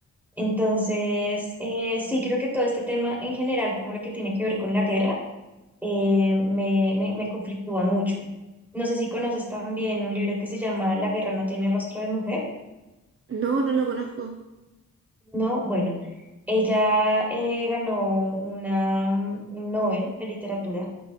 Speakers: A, in the centre; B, on the right.
A: Entonces, eh, sí creo que todo este tema en general, como lo que tiene que ver con la guerra, eh, me, me, me conflictúa mucho. No sé si conoces también un libro que se llama La guerra no tiene rostro de mujer
B: No, no lo conozco.
A: No, bueno, ella eh, ganó una, mm, un Nobel de literatura